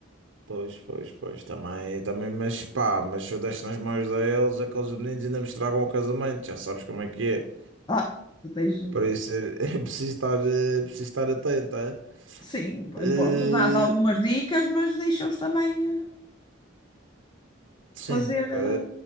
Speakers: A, on the right; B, on the left.
A: Pois, pois, pois, também, também, mas pá, mas se eu deixo nas mãos deles, aqueles meninos ainda me estragam o casamento, já sabes como é que é.
B: Ah, tu tens.
A: Por isso é, <laughs> é preciso estar, eh, preciso estar atento, é?
B: Sim, pois
A: Eh,
B: pronto, dás algumas dicas, mas deixa-os também eh,
A: sim,
B: fazer.
A: pá,
B: eh,